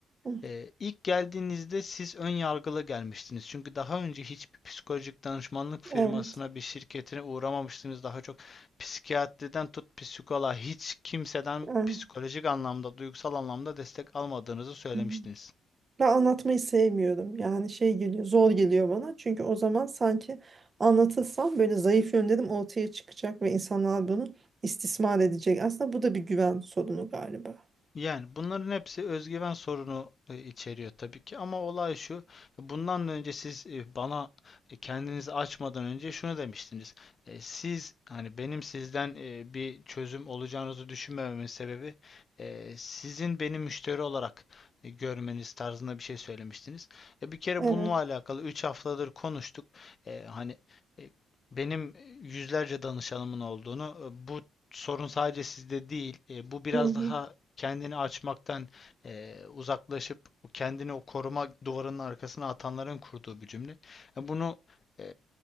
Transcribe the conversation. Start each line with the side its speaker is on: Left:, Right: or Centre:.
Right: Hı.
Left: E, ilk geldiğinizde siz ön yargılı gelmiştiniz. Çünkü daha önce hiçbir psikolojik danışmanlık firmasına,
Right: Evet.
Left: bir şirketine uğramamıştınız. Daha çok psikiyatriden tut psikoloğa hiç kimseden
Right: Evet.
Left: psikolojik anlamda, duygusal anlamda destek almadığınızı söylemiştiniz.
Right: Hı hı. Ben anlatmayı sevmiyorum. Yani şey geliyor, zor geliyor bana. Çünkü o zaman sanki anlatırsam böyle zayıf yönlerim ortaya çıkacak ve insanlar bunu istismar edecek. Aslında bu da bir güven sorunu galiba.
Left: Yani bunların hepsi özgüven sorunu e, içeriyor tabii ki ama olay şu. Bundan önce siz e, bana e, kendinizi açmadan önce şunu demiştiniz. E, Siz hani benim sizden e, bir çözüm olacağınızı düşünmememin sebebi e, sizin beni müşteri olarak e, görmeniz tarzında bir şey söylemiştiniz. E, Bir kere
Right: Evet.
Left: bununla alakalı 3 haftadır konuştuk. E, Hani e, benim e, yüzlerce danışanımın olduğunu e, bu sorun sadece sizde değil. e, bu biraz
Right: Hı hı,
Left: daha kendini açmaktan eee, uzaklaşıp kendini o koruma duvarının arkasına atanların kurduğu bir cümle. E, Bunu eee,